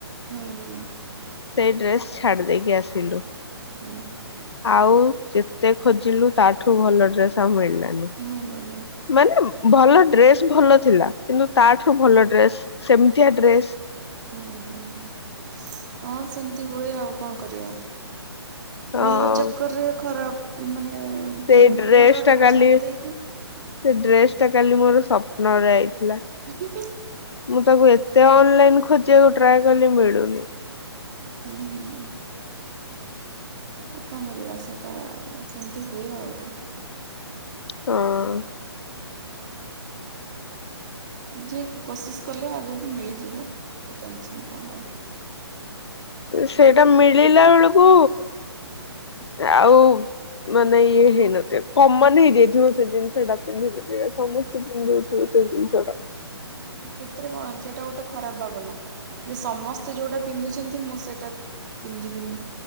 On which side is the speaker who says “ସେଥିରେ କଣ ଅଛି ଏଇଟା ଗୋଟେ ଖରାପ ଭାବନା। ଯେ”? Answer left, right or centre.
Right